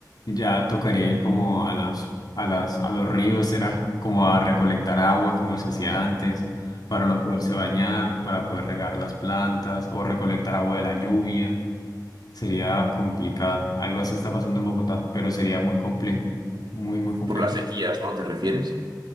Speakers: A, on the left; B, on the right.
A: ya tocaría ir como a los, a las, a los ríos, será como a recolectar agua como se hacía antes, para no poderse bañar, para poder regar las plantas o recolectar agua de la lluvia. Sería complicado. Algo así está pasando en Bogotá, pero sería muy complejo. Muy, muy complejo.
B: Por las sequías, ¿no? ¿Te refieres?